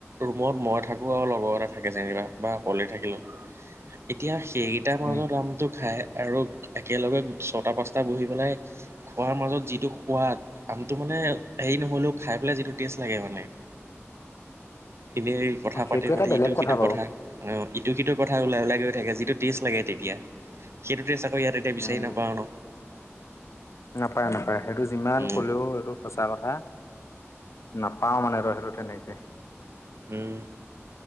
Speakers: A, on the right (about 60°); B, on the left (about 75°).
A: ৰুমত মই থাকোঁ আৰু লগৰ এটা থাকে যেনিবা বা অকলে থাকিলোঁ এতিয়া এই কেইটাৰ মাজৰ
B: উম,
A: আমটো খায় আৰু একেলগে ছটা পাঁচটা বহি পেলাই খোৱাৰ মাজত যিটো সোৱাদ আমটো মানে হেৰি নহ'লেও খাই পেলাই যিটো টেষ্ট লাগে মানে এনেই কথা
B: সেইটো
A: পাতি
B: এটা
A: পাতি
B: বেলেগ
A: ইটো সিটো
B: বাৰু
A: কথা অঁ ইটো সিটোৰ কথা ওলাই ওলাই গৈ থাকে যিটো টেষ্ট লাগে ।তেতিয়া সেইটো টেষ্ট ই ইয়াত এতিয়া বিচাৰি
B: উম,
A: নাপাও ন।
B: নাপায় নাপায়। সেইটো যিমান
A: উম
B: কলেও এইটো সঁচা কথা। নাপাও মানে তই সেটো তেনেকে
A: উম